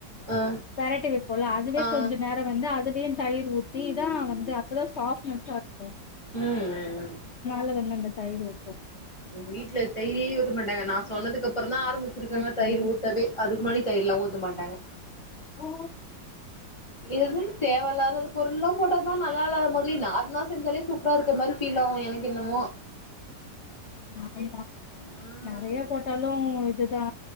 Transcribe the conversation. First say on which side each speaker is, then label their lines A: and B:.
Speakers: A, on the left; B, on the left.
A: ஆ
B: பெரட்டி வைப்போல அதுவே
A: ஆ
B: கொஞ்சொ நேர அத வந்து அதுலயு தயிர் ஊத்தி தா வந்து அப்ப தா ஸாஃப்ட்னசா இருக்கு
A: ம் ம்
B: துல வந்து தயிர் வே
A: எங்க வீட்ல தயிரே ஊத்த மாட்டாங்க நா சொன்னதுக்கு அப்பறந்தா ஆரம்பிச்சிருக்காங்க
B: ஓகே
A: தயிர் ஊத்தவே அதுக்கு முன்னாடி தயிர்லா ஊத்த மாட்டாங்க
B: ஓ
A: எது தேவயில்லாதது பொருள்லா போட்டா தா நல்லா இல்லாத மாதிரி நார்மலா செஞ்சாலே சூப்பரா இருக்க மாரி ஃபீல் ஆகு எனக்கு என்னமோ
B: <unintelligible>
A: ஆ
B: நெறைய போட்டாலு இதுதா